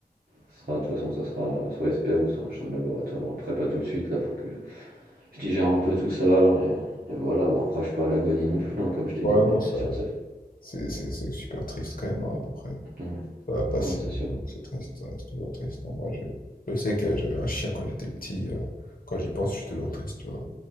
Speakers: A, on the right; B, on the left.
A: Ce sera, de toute façon, ça sera soit expert ou soit un chien de laboratoire. Bon, après, pas tout de suite, là, faut que je digère un peu tout ça, et, et voilà. Bon, après, je suis pas à l'agonie non plus, hein, comme je t'ai
B: ouais,
A: dit,
B: non,
A: mais
B: ça,
A: c'est sûr que ça
B: c'est c'est- c'est super triste quand même, hein, à peu près.
A: fait. Ouais,
B: Ça va passer,
A: ouais, c'est sûr.
B: donc c'est triste, ça reste toujours triste. hein. Moi, je, je sais que j'avais un chien quand j'étais petit, euh, quand j'y pense, je suis toujours
A: Ouais.
B: triste, tu vois.